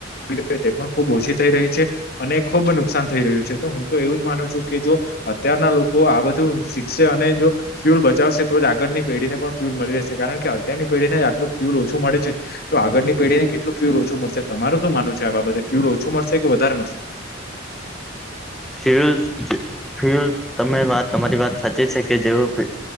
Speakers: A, on the left (about 55°); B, in the centre.
A: <unintelligible> તે પણ ખુબ ઓછી થઈ રહી છે અને ખુબ નુકસાન થઈ રહ્યું છે તો હું તો એવું જ માનું છું કે જો અત્યારના લોકો આ બધું શીખશે અને જો ફ્યુલ બચાવશે તો જ આગળની પેઢીને પણ ફ્યુલ મળી રહેશે કાર કે અત્યારની પેઢીને આટલું ફ્યુલ ઓછું મળે છે તો આગળની પેઢીને કેટલું ફ્યુલ ઓ ઓછું મળશે તમારું તો માનું છે આ બાબતે ફ્યુલ ઓછું મળશે કે વધારે મળશે
B: ફ્યુલ ફ્યુલ તમે વાત તમારી વાત સાચી છે કે જેવું